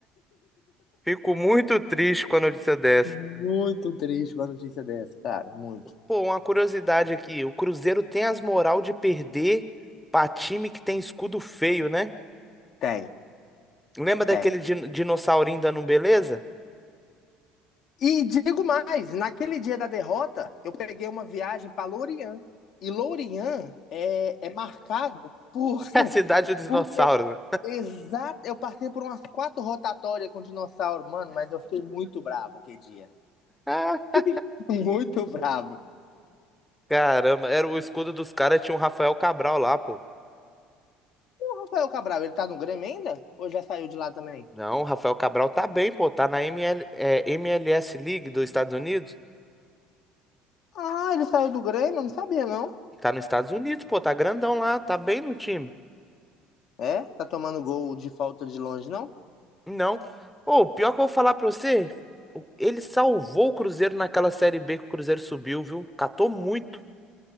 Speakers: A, in the centre; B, on the left.
A: fico muito triste com a notícia dessa.
B: Muito triste com a notícia dessa, cara. Muito.
A: Pô, uma curiosidade aqui, o Cruzeiro tem as moral de perder pra time que tem escudo feio, né?
B: Tem,
A: Lembra daquele
B: tem.
A: din- dinossaurinho dando um beleza? <laughs>
B: E digo mais, naquele dia da derrota, eu peguei uma viagem para Lorient. E Lorient é, é marcado por, <laughs>
A: É a cidade dos dinossauros,
B: por ter-
A: né?
B: Exato, eu passei por umas quatro rotatórias com dinossauro, mano, mas eu fiquei muito bravo aquele dia.
A: Ah,
B: <laughs> Muito bravo.
A: caramba, era o escudo dos caras, tinha um Rafael Cabral lá, pô.
B: O Rafael Cabral, ele tá no Grêmio ainda? Ou já saiu de lá também?
A: Não, o Rafael Cabral tá bem, pô, tá na M L é, M L S League dos Estados Unidos.
B: Ah, ele saiu do Grêmio? Eu Não sabia, não.
A: Tá nos Estados Unidos, pô, tá grandão lá, tá bem no time.
B: É? Tá tomando gol de falta de longe, não?
A: Não. Pô, pior que eu vou falar pra você, o- ele salvou o Cruzeiro naquela Série B que o Cruzeiro subiu, viu? Catou muito.